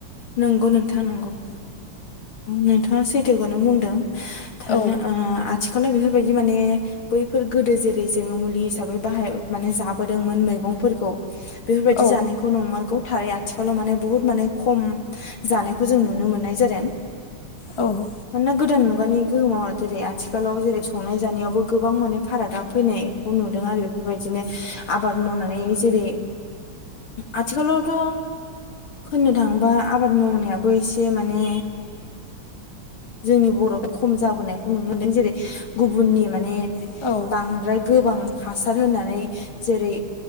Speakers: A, on the left; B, on the left.
A: नोंगौ नोंथां नंगौ नोंथाङा उम सैथोखौनो बुंदों। थारैनो
B: औ
A: ओ आथिखालाव बेफोरबायदि माने बैफोर गोदो जे रै मुलि हिसाबै बाहाय माने जाबोदोंमोन मैगंफोरखौ। बेफोरबायदि
B: औ
A: जानायखौ नंमारगौ थारै आथिखालाव माने बुहुत माने खम जानायखौ जों नुनो मोननाय जादों।
B: औ
A: मानोना गो दान मुगानि गोहोमाव आ देरै आ थिखालाव जेरै- संनाय जानायावबो गोबां माने फारागा फैनायखौ नुदों आरो बेफोरबायदिनो आबाद मावनानै जेरै- आथिखालावथ' होननो थाङोबा आबाद मावनायाबो एसे माने। जोंनि बर' खम जाबोनायखौ नुनो मोनदों जेरै- गुबुननि माने।
B: होनानै माने
A: बांद्राय गोबां हासार होनानै जेरै